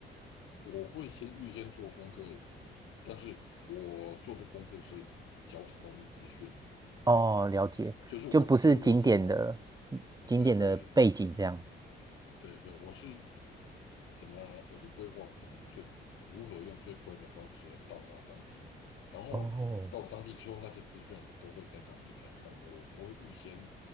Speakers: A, on the left (about 85°); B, on the right (about 20°).
A: 我会先预先做功课，但是我做的功课是交通资讯，
B: 哦，了解，
A: 就是我就是我怎么
B: 就不是景点的景点的背景这样。
A: 对对对对，我是怎么我是规划怎么最如何用最快的方式到达当地，然后到了当地之后，
B: 哦
A: 那些资讯我都会在当地才看，我不会预先